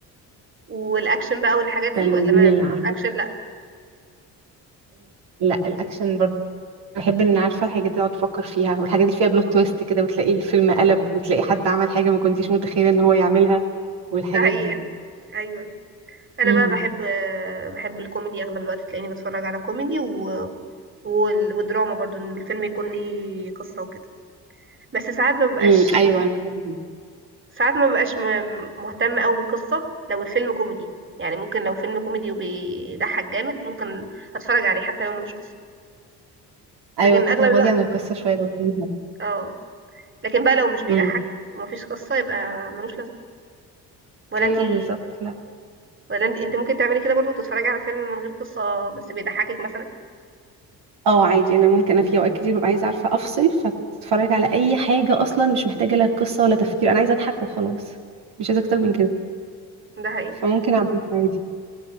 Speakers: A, on the right; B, on the right.
A: والاكشن بقى والحاجات دي
B: ده،
A: ولا
B: ومين
A: ما
B: اللي عمل
A: اكشن لا
B: لا الاكشن برضه بحب ان عارفه الحاجات اللي اقعد افكر فيها والحاجات اللي فيها بلوت تويست كده وتلاقي الفيلم قلب وتلاقي حد عمل حاجه ما كنتيش متخيله ان هو يعملها والحاجات
A: ده حقيقي
B: دي
A: يعني. ايوه انا
B: امم
A: بقى بحب بحب الكوميدي اغلب الوقت تلاقيني بتفرج على كوميدي و... وال... ودراما برضو ان الفيلم يكون ليه قصه وكده بس ساعات ما ببقاش
B: امم ايوه انا بحب كده.
A: ساعات ما ببقاش م- مهتمه قوي بالقصه لو الفيلم كوميدي يعني ممكن لو فيلم كوميدي وبيضحك جامد ممكن اتفرج عليه حتى لو ملوش قصه
B: ايوه
A: لكن
B: تتغاضي
A: اغلب الوقت
B: عن القصه شويه لو فيها
A: اه لكن بقى لو مش بيضحك
B: امم
A: ومفيش قصة يبقى ملوش لازمة ولا
B: ايوه
A: انتي
B: بالظبط لا
A: ولا انتي انت ممكن تعملي كده برضو تتفرجي على فيلم من غير قصة بس بيضحكك مثلا
B: اه عادي انا ممكن انا في اوقات كتير ببقى عايزه عارفه افصل فاتفرج على اي حاجه اصلا مش محتاجه لها قصه ولا تفكير انا عايزه اضحك وخلاص مش عايزه اكتر من كده
A: ده حقيقي
B: فممكن اعمل عادي